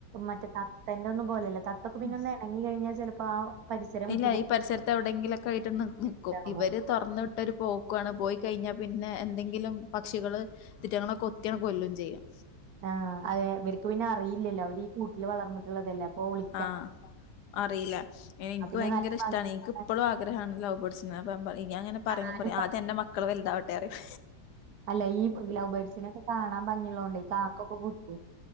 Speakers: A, on the right (about 65°); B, on the left (about 75°).
A: മറ്റേ തത്തന്റെന്നും പോലല്ല തത്തൊക്ക് പിന്നൊന്നെണങ്ങി
B: ഉം.
A: കഴിഞ്ഞാ ചെലപ്പോ ആ പരിസരം വിട്ടു
B: ഇല്ല
A: പോകും
B: ഈ പരിസരത്ത് എവിടെങ്കിലൊക്കെ ആയിട്ട് നിക്കും
A: അങ്ങനെതാവും
B: ഇവര് തുറന്ന് വിട്ടൊര് പോക്കുവ്വാണ് പോയി കഴിഞ്ഞാ പിന്നെ എന്തെങ്കിലും പക്ഷികള് തിറ്റ്ങ്ങളെ കൊത്ത്യാണ് കൊല്ലും ചെയ്യും.
A: ആഹ് അതെ ഇവര്ക്ക് പിന്നറിയില്ലല്ലോ അവരീ കൂട്ടില് വളർന്നിട്ട്ള്ളതല്ലേ അപ്പൊ ഒളി
B: ആഹ് അറിയില. എൻക്ക്
A: അപ്പൊ പിന്നെ
B: ഭയങ്കരേഷ്ടാണ്
A: നല്ല ഭംഗി
B: ഇൻക്കിപ്പളു ആഗ്രഹാണ് ലൗ ബേർഡ്സിനെ അപ്പ ഞാങ്ങനെ പറയുമ്പോ
A: കാണാനും
B: പറയു
A: ഭംഗി
B: ആദ്യന്റെ മക്ക മക്കള് വലുതാവട്ടേറയും
A: അല്ല ഈ ലൗബേഡ്സിനൊക്കെ കാണാൻ ഭംഗിള്ളോണ്ടേ കാക്കൊക്കെ കൊത്തൂം